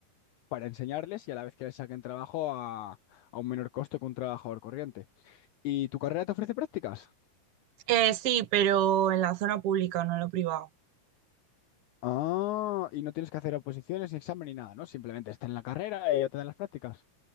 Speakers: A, on the left; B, on the right.
A: para enseñarles y a la vez que les saquen trabajo a, a un menor costo que un trabajador corriente. ¿Y tu carrera te ofrece prácticas?
B: Eh, sí, pero en la zona pública, no en lo privado.
A: Ah, y no tienes que hacer oposiciones, ni examen ni nada, ¿no? Simplemente está en la carrera y ya te dan las prácticas.